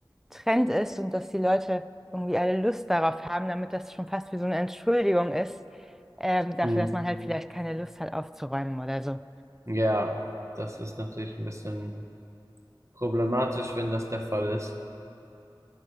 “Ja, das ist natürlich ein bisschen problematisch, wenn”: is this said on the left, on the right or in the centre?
Right